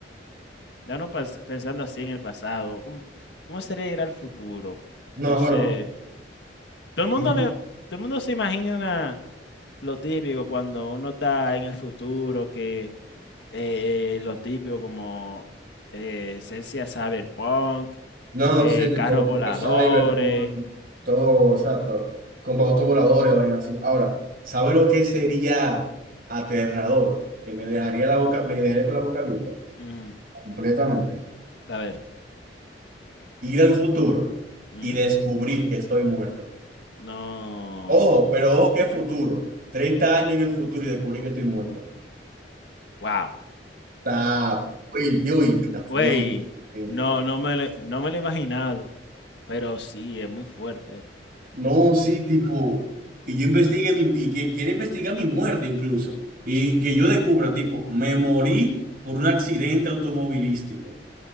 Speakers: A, on the left; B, on the right.
A: ya no pas- pensando así en el pasado, ¿cómo, cómo sería ir al futuro?
B: No,
A: No sé.
B: bueno.
A: Todo el mundo
B: Y-
A: me, todo el mundo se imagina lo típico cuando uno está en el futuro, que eh, lo típico como eh, esencia cyberpunk,
B: No,
A: eh,
B: sí, tipo,
A: carros
B: típico
A: voladores.
B: cyberpunk, todo, exacto, con autos voladores, vaina así. Ahora, ¿sabe lo que sería aterrador? Que me dejaría
A: Ujú,
B: la boca, me dejaría con la boca abierta,
A: ujú.
B: completamente.
A: A ver.
B: Ir al futuro
A: ujú.
B: y descubrir que estoy muerto.
A: No.
B: Ojo, pero ojo, ¿qué futuro? treinta años en el futuro y descubrir que estoy muerto.
A: Wow.
B: Está fuerte, uy, está fuerte.
A: Güey,
B: gente.
A: no, no me lo, no me lo he imaginado, pero sí, es muy fuerte.
B: No, sí, tipo, y yo investigue mi, y que quiere investigar mi muerte incluso, y que yo descubra, tipo, me morí por un accidente automovilístico.